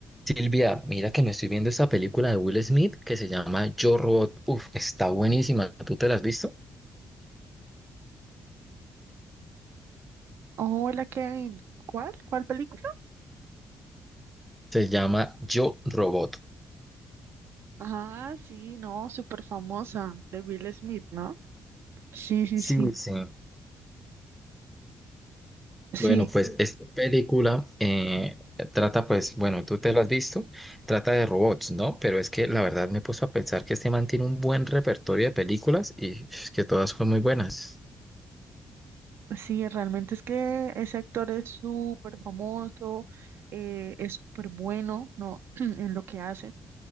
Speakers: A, in the centre; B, on the right.
A: Silvia, mira que me estoy viendo esta película de Will Smith que se llama Yo Robot. Uf, está buenísima. ¿Tú te la has visto?
B: Hola Kevin, ¿cuál? ¿Cuál película?
A: Se llama Yo Robot.
B: Ah, sí, no, súper famosa, de Will Smith, ¿no? Sí, sí,
A: Sí,
B: sí,
A: sí.
B: sí,
A: Bueno, pues esta película eh, trata, pues, bueno, tú te la has visto, trata de robots, ¿no? Pero es que la verdad me he puesto a pensar que este man tiene un buen repertorio de películas y es que todas son muy buenas.
B: sí, realmente es que ese actor es súper famoso, eh, es súper bueno, ¿no? <clears throat> En lo que hace.